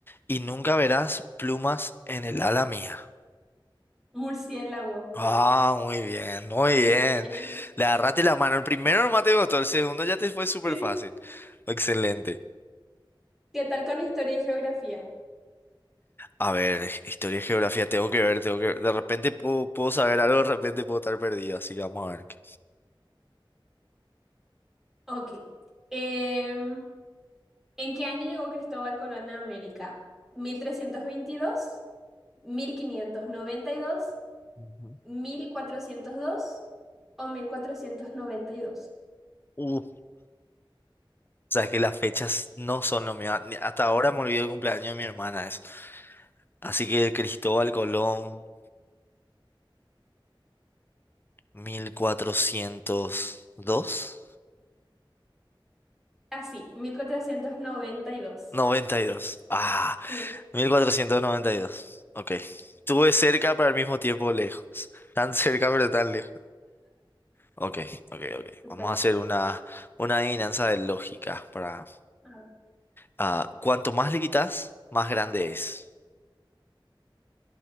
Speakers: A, on the left; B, in the centre.
A: y nunca verás plumas en el ala mía.
B: murciélago.
A: Ah, muy bien, muy
B: Muy
A: bien.
B: bien.
A: Le agarraste la mano. El primero nomás te costó, el segundo ya te fue súper
B: Sí.
A: fácil. Excelente.
B: ¿Qué tal con historia y geografía?
A: A ver, historia y geografía, tengo que ver, tengo que ver. De repente puedo, puedo saber algo, de repente puedo estar perdido, así que vamos a ver. qué-
B: Ok. Em, ¿en qué año llegó Cristóbal Colón a América? ¿1322? mil mil quinientos noventa y dos
A: Ujú.
B: mil cuatrocientos dos o mil cuatrocientos noventa y dos
A: Uh, sabes que las fechas no son lo mío. Ni- Hasta ahora me olvidé el cumpleaños de mi hermana. Es. Así que Cristóbal Colón, mil cuatrocientos dos,
B: Así, 1492.
A: noventa y dos. Ah,
B: Sí.
A: 1492, Ok. Tuve cerca, pero al mismo tiempo lejos. Tan cerca, pero tan lejos. Ok, ok, ok.
B: Súper.
A: Vamos a hacer una, una adivinanza de lógica para...
B: A ver,
A: ah, cuanto más le quitas, más grande es.